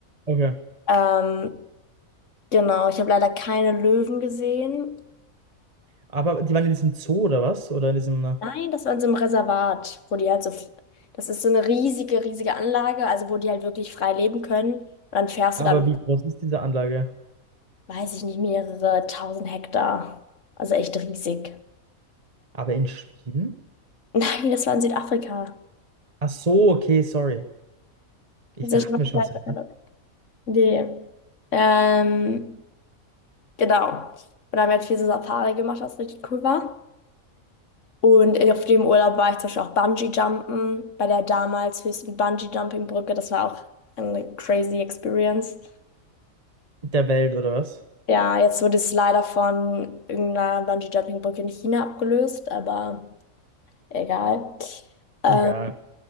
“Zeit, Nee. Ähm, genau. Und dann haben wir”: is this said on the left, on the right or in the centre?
Left